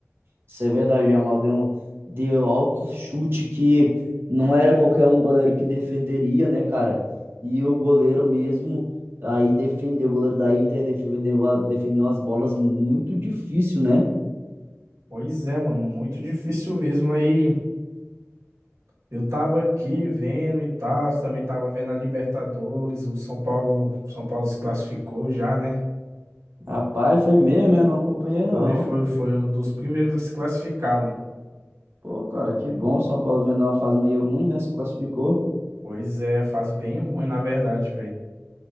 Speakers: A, on the right (about 50°); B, on the right (about 85°).
A: Isso é verdade, Jamal. Deu, um- deu alto chute que não era qualquer um goleiro que defenderia, né, cara? E o goleiro mesmo aí defendeu. O goleiro da Inter defendeu, a- defendeu umas bolas muito difícil, né?
B: Pois é, mano. Muito difícil mesmo aí. Eu tava aqui vendo e tal. Também tava vendo a Libertadores. O São Paulo, São Paulo se classificou já, né?
A: Rapaz, foi mesmo, né? Não acompanhei, não.
B: Foi, foi, foi um dos primeiros a se classificar, mano.
A: Pô, cara, que bom. São Paulo vendo uma fase meio ruim, né? Se classificou.
B: Pois é, fase bem ruim, na verdade, velho.